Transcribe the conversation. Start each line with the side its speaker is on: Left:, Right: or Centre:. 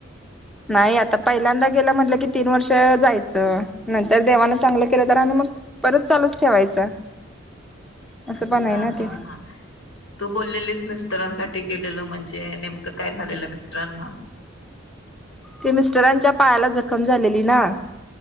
Centre: नाही, आता पहिल्यांदा गेला म्हटलं कि तीन वर्ष जायचं. नंतर देवानं चांगलं केलं तर, आणि मग परत चालूच ठेवायचं. असं
Left: अच्छा
Centre: पण आहे ना ते.
Left: हा-हा, तू बोललेलीस मिस्टरांसाठी गेलेलं म्हणजे, नेमकं काय झालेलं मिस्टरांना?
Centre: ते मिस्टरांच्या पायाला जखम झालेली ना.